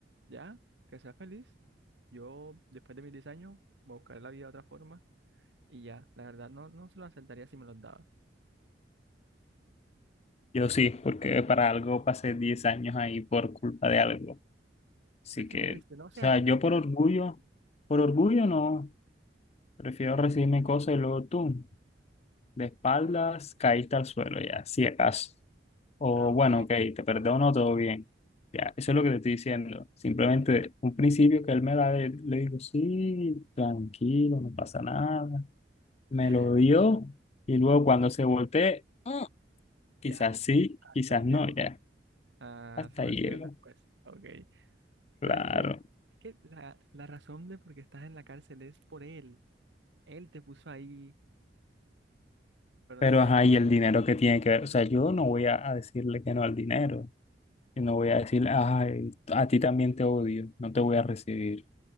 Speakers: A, on the right; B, on the left.
A: ya, que sea feliz. Yo después de mis 10 años voy a buscar la vida de otra forma y ya, la verdad no, no se lo aceptaría si me los daba.
B: Yo sí, porque para algo pasé 10 años ahí por culpa de algo. Así
A: Pero es
B: que,
A: que te traicionó,
B: o
A: o sea,
B: sea, yo
A: literal-
B: por orgullo, por orgullo no, prefiero recibirme cosas y luego tú, de espaldas, caíste al suelo ya, si acaso. O
A: ah, ok,
B: bueno, ok, te perdono, todo bien. Ya, eso es lo que te estoy diciendo. Simplemente
A: sí, sí,
B: un principio que él me da, de- le digo, sí, tranquilo, no pasa nada. Me
A: <laughs>
B: lo dio y luego cuando se voltee, mm, quizás
A: ya,
B: sí,
A: hasta
B: quizás
A: ahí
B: no,
A: llegó.
B: ya.
A: Ah,
B: Hasta
A: solo
B: ahí
A: decides
B: llego.
A: después, ok.
B: Claro.
A: Pero es que, es que la, la razón de por qué estás en la cárcel es por él. Él te puso ahí, pero
B: Pero,
A: no sé,
B: ajá, y el dinero que tiene que ver, o sea, yo no voy a, a decirle que no al dinero, yo no voy a decirle, ay, a ti también te odio, no te voy a recibir.